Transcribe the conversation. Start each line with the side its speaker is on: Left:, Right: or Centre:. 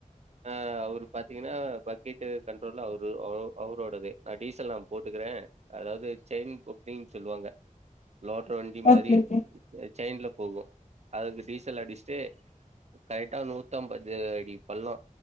Right: ஆ அவரு பாத்தீங்கனா பக்கெட்டு கண்ட்ரோலு அவரு அவு அவரோடது நா டீசல் நா போட்டுக்கறே அதாவது செயின் புக்கிங் சொல்லுவாங்க லோட்ரு வண்டி மாரி
Left: ஓகே ஓகே ஓகே
Right: ச சைன்ல போகு அதுக்கு டீசல் அடிச்ட்டு கரெக்டா நூத்தம்பது அடி பள்ளோ